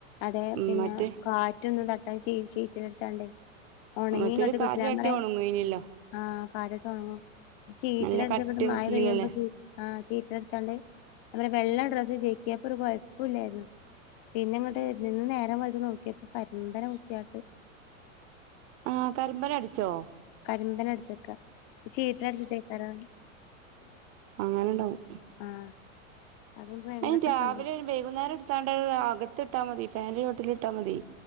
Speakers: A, on the left; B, on the right.
A: അതെ
B: ഉം
A: പിന്നെ
B: മറ്റേ
A: കാറ്റൊന്നും തട്ട ച ചീറ്റിടച്ചാണ്ടേ ഉണങ്ങിങ്ങട്ട്
B: മറ്റേത് കാറ്റ്
A: കിട്ടില്ല
B: തട്ടിയാ
A: പറയാ
B: ഒണങ്ങേനിയല്ലോ
A: ആഹ് കാലോട്ട് ഉണങ്ങും ചീറ്റി
B: നല്ല
A: അടിച്ചക്കണ്ട്
B: കട്ടിയുള്ള
A: മഴ
B: ശീലല്ലേ
A: പെയ്യുമ്പോ ആഹ് ചീറ്റില അടിച്ചാണ്ട് നമ്മ വെള്ള ഡ്രസ്സ് കിട്ടിയപ്പോ ഒരുകൊയപ്പലായിരുന്നു പിന്നെ ഇങ്ങട്ട് നിന്ന് നേരം വലുതു നോക്കിയപ്പോ പരിമ്പര കുത്തിയട്ട്
B: ആ കരിമ്പന അടിച്ചോ
A: കരിമ്പന അടിച്ചേക്ക ചീറ്റല അടിച്ചിട്ട്ക്കാറാണ്
B: അഹ് അങ്ങനെണ്ടാവും
A: ആഹ് അതുകൊണ്ട് ഭയങ്കര
B: അയ്‌ന് രാവിലെ
A: സങ്കടം
B: വൈകുന്നേരം ഇട്ത്താണ്ട് അകത്ത് ഇട്ടാ മതി ഫാൻ ന്റെ ചോട്ടിൽ ഇട്ടാ മതി.